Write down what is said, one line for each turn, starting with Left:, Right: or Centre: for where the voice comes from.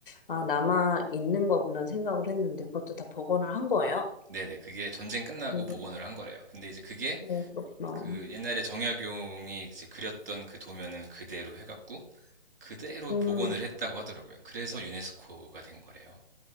Left: 아, 남아 있는 거구나 생각을 했는데, 그것도 다 복원을 한 거예요?
Right: 네네 그게 전쟁 끝나고
Left: 음,
Right: 복원을 한 거래요. 근데 이제 그게
Left: 네, 그렇구나.
Right: 그 옛날에 정약용이 이제 그렸던 그 도면을 그대로 해갖고 그대로
Left: 음,
Right: 복원을 했다고 하더라고요. 그래서 유네스코가 된 거래요.